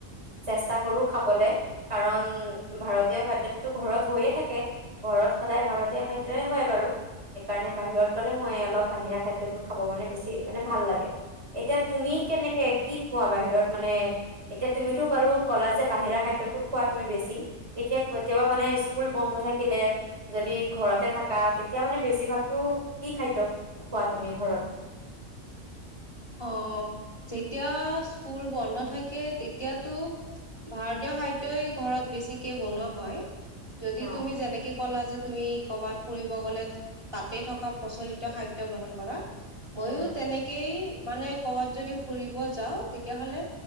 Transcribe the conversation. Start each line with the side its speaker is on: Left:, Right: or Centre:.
Right: চেষ্টা কৰো খাবলে। কাৰণ, ভাৰতীয় খাদ্যয়টোতো ঘৰত হৈয়ে থাকে। ঘৰত সদায় ভাৰতীয় খাদ্যই হয় বাৰু। সেইকাৰণে বাহিৰত হলে মই অলপ বাহিৰা খাদ্যতো খাব মানে বেছি মানে ভাল লাগে। এতিয়া তুমি কেনেকে কি খোৱা বাহিৰত মানে, এতিয়া তুমিতো বাৰু ক'লা যে বাহিৰা খাদ্যত টো খোৱা তুমি বেছি, এতিয়া কেতিয়াবা মানে স্কুল বন্ধ থাকিলে, যদি ঘৰতে থাকা, তেতিয়া মানে বেছিভাগতটো কি খাদ্য খোৱা তুমি ঘৰত?
Left: অ, যেতিয়া স্কুল বন্ধ থাকে তেতিয়াতো ভাৰতীয় খাদ্যই ঘৰত বেছিকে বনোৱা হয়। যদি
Right: অ
Left: তুমি যেনেকে ক'লা যে তুমি কৰ'বাত ফুৰিব গ'লে, তাতে থকা প্ৰচলিত খাদ্য গ্ৰহণ কৰা মইয়ো
Right: উম
Left: তেনেকেই মানে ক'বাত যদি ফুৰিব যাওঁ, তেতিয়াহলে